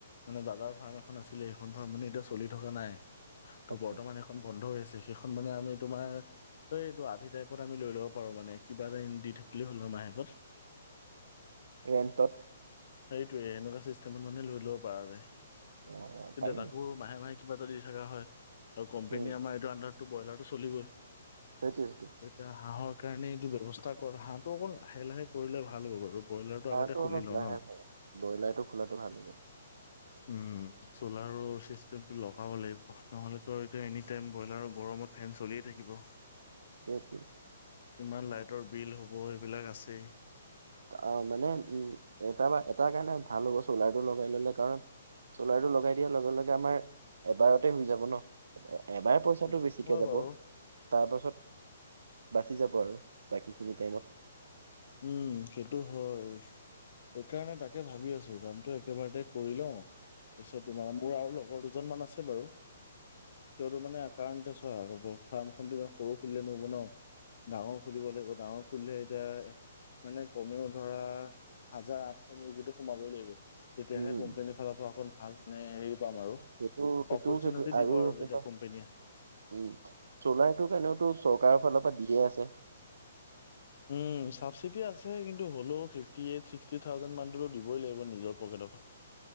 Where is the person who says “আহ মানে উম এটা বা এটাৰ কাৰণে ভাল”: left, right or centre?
Right